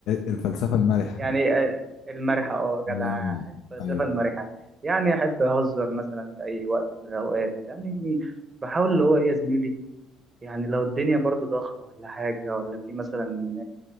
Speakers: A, on the left (about 70°); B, on the right (about 30°).
A: الفلسفة المرحة
B: يعني
A: يعني
B: آه، المرحة اه
A: الله
B: جدع
A: ينور.
B: الفلسفة
A: ايوه
B: المرحة يعني أحب أهزر مثلا في أي وقت من الأوقات يعني بحاول اللي هو إيه يا زميلي يعني لو الدنيا برضو ضغطة ولا حاجة ولا في مثلا